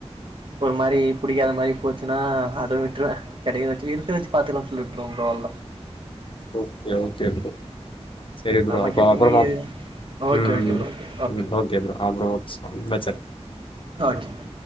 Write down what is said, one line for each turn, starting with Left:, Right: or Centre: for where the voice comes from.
Right: ஒரு மாரி பிடிக்காத மாரி போச்சுனா அத விட்ருவே கெடைக்கிறத இருக்கத வச்சு பாத்துக்லானு சொல்லிட் ப்ரோ ப்ரோல்ல
Left: ஓகே ஓகே ப்ரோ செரி ப்ரோ
Right: நமக்கு
Left: அப்ப
Right: எப்பவுமே
Left: அப்பற பாப்
Right: ஓகே
Left: ம்
Right: ஓகே bro okay
Left: okay bro <unintelligible>
Right: okay